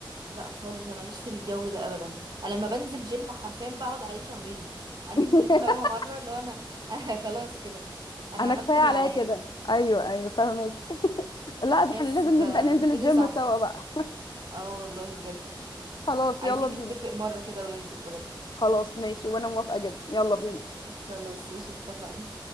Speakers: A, on the right; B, on the left.
A: لا خالص انا ماليش في الجو ده ابدا انا لما بنزل جيم حرفيا بقعد عليه شهرين <laughs> انزل
B: <laughs>
A: فاهمه مره اللي هو انا <laughs> انا خلاص كده انا
B: انا
A: عملت
B: كفايه
A: اللي
B: عليا
A: عليا
B: كده ايوه ايوه فاهمك لا ده
A: بس
B: احنا لازم
A: ف- فالدنيا
B: نبدا ننزل الجيم
A: صعبه
B: سوا بقى
A: اه والله بجد <laughs>
B: <laughs> خلاص
A: عايزين
B: يلا بينا
A: نتفق مره كده وننزل بجد
B: خلاص ماشي وانا موافقه جدا يلا بينا
A: خلاص مش اتفقنا